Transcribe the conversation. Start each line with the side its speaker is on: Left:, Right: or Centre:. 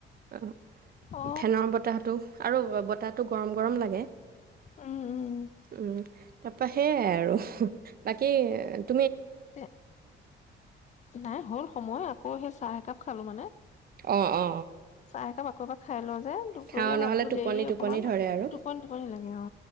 Right: অ
Left: অ
Right: ফেনৰ বতাহটো আৰু বতাহটো গৰম গৰম লাগে
Left: উম উম
Right: উম তাপাহ সেয়াই আৰু উমহ বাকী এ
Left: তে নাই হ'ল সময় আকৌ সেই চাহ একাপ খালো মানে
Right: অ অ
Left: চাহ একাপ আকৌ এবাৰ খাই লওঁ যে দুপৰীয়া
Right: খাওঁ নহ'লে
Left: ভাততো
Right: টোপনি
Left: দেৰি
Right: টোপনি
Left: অকমান
Right: ধৰে আৰু
Left: টোপনি টোপনি লাগে অ